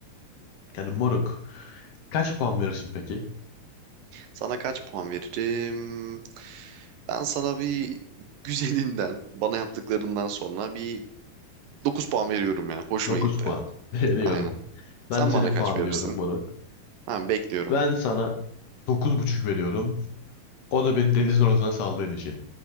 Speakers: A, on the left (about 65°); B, on the right (about 75°).
A: Yani moruk. Kaç puan verirsin peki?
B: Sana kaç puan veririm? Ben sana bir güzelinden, bana yaptıklarından sonra bir 9 puan veriyorum ya. Hoşuma
A: dokuz
B: gitti.
A: puan. <laughs> Veriyorum.
B: Aynen.
A: Ben
B: Sen
A: de seni
B: bana kaç
A: puanlıyorum
B: verirsin?
A: moruk.
B: Tamam bekliyorum.
A: Ben sana dokuz buçuk veriyorum. O da beni denizin ortasına saldığın için.